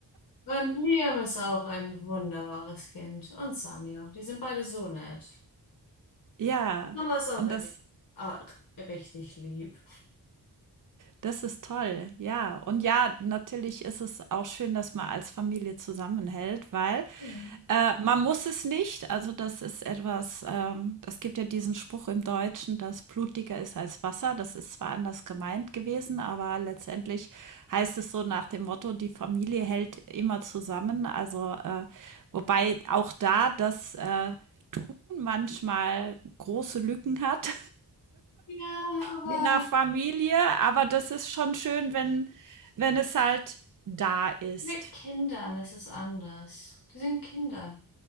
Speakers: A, on the left; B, on the right.
A: Und Liam ist auch ein wunderbares Kind und Samir, die sind beide so nett.
B: Ja,
A: Mama ist auch,
B: und das
A: auch richtig lieb.
B: Das ist toll, ja. Und ja, natürlich ist es auch schön, dass man als Familie zusammenhält, weil
A: Ja.
B: äh, man muss es nicht. Also das ist etwas, ähm, es gibt ja diesen Spruch im Deutschen, dass Blut dicker ist als Wasser. Das ist zwar anders gemeint gewesen, aber letztendlich heißt es so nach dem Motto, die Familie hält immer zusammen. Also äh, wobei auch da das äh, Tun manchmal große Lücken hat.
A: Ja, aber
B: Je nach Familie, aber das ist schon schön, wenn wenn es halt da ist.
A: mit Kindern ist es anders. Die sind Kinder.